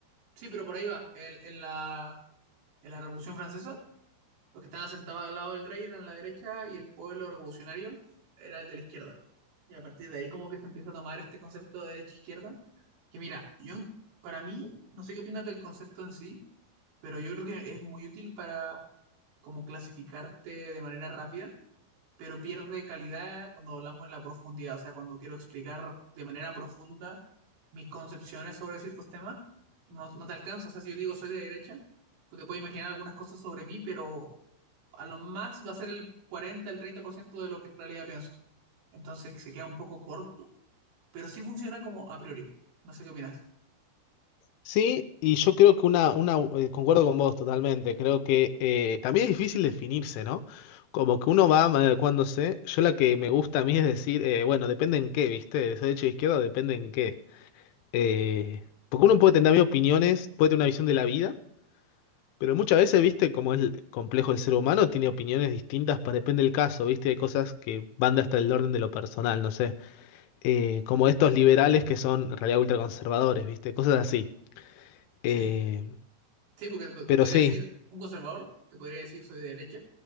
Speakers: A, on the right (about 85°); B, on the left (about 85°).
A: Sí, pero por ahí va. El- en la, en la Revolución Francesa Los que estaban sentados al lado del rey eran la derecha y el pueblo revolucionario era el de la izquierda. Y a partir de ahí como que se empieza a tomar este concepto de derecha-izquierda, que mira, yo para mí, no sé qué opinas del concepto en sí, pero yo creo que es muy útil para como clasificarte de manera rápida, pero pierde calidad cuando hablamos en la profundidad, o sea, cuando quiero explicar de manera profunda mis concepciones sobre ciertos temas, no, no te alcanza, o sea, si yo digo soy de derecha, tú te puedes imaginar algunas cosas sobre mí, pero a lo más va a ser el 40 el 30% de lo que en realidad pienso. Entonces se queda un poco corto, pero sí funciona como a priori. No sé qué opinas.
B: Sí, y yo creo que una, una, eh, concuerdo con vos totalmente, creo que eh, también es difícil definirse, ¿no? Como que uno va adecuándose, yo la que me gusta a mí es decir, eh, bueno, depende en qué, ¿viste? De derecha o izquierda, depende en qué. Eh, porque uno puede tener opiniones, puede tener una visión de la vida, pero muchas veces, viste, como es complejo el ser humano, tiene opiniones distintas para depende del caso, viste, hay cosas que van hasta el orden de lo personal, no sé, Eh, como estos liberales que son en realidad ultraconservadores, viste, cosas así.
A: sí
B: Eh,
A: Sí, porque te, po-
B: pero
A: te podría
B: sí,
A: decir un conservador, te podría decir soy de derecha,